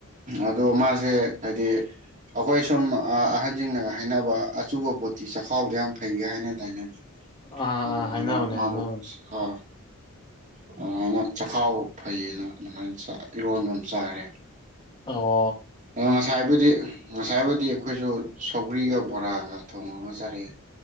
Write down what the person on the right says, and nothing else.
ꯑꯗꯣ ꯃꯥꯁꯦ ꯍꯥꯏꯗꯤ ꯑꯩꯈꯣꯏ ꯁꯨꯝ ꯑꯍꯟꯁꯤꯡꯅꯒ ꯍꯥꯏꯅꯕ ꯑꯆꯨꯕ ꯄꯣꯠꯇꯤ ꯆꯈꯥꯎꯗ ꯌꯥꯝ ꯐꯩꯒ ꯍꯥꯏꯅ ꯇꯥꯏꯅ
ꯑꯗꯨ ꯃꯥꯥꯟꯅ
ꯃꯥꯗꯣ
ꯑ ꯑ ꯑꯗꯨꯃꯥꯏꯅ ꯆꯈꯥꯎ ꯐꯩꯌꯦꯅ ꯑꯗꯨꯃꯥꯏꯅ ꯆ ꯏꯔꫭꯟꯕ ꯑꯃꯅꯦ ꯆꯥꯔꯦ
<unintelligible> ꯉꯁꯥꯏꯕꯨꯗꯤ ꯉꯁꯥꯏꯕꯨꯗꯤ ꯑꯩꯈꯣꯏꯁꯨ ꯁꯧꯒ꯭ꯔꯤꯒ ꯕꯣꯔꯥꯒ ꯊꯣꯡꯉꯒ ꯆꯥꯔꯛꯑꯦ꯫